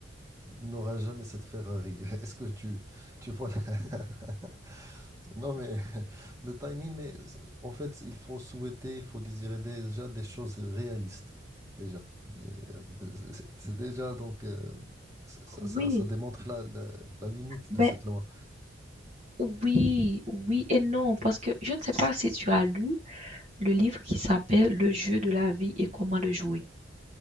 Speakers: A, on the right (about 15°); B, on the right (about 40°).
A: il n'aura jamais cette Ferrari. <laughs> Est-ce que tu, tu vois la- <laughs> Non, mais <laughs> le timing, mais c'est- en fait, il faut souhaiter, il faut désirer déjà des choses réalistes, déjà. Et, euh, de- c'est c'est déjà, donc, euh, ça, ça-
B: Oui,
A: ça- ça démontre la, la- la limite
B: ben,
A: de cette loi.
B: Oui, oui et non, parce que je ne sais pas si tu as lu le livre qui s'appelle Le jeu de la vie et comment le jouer.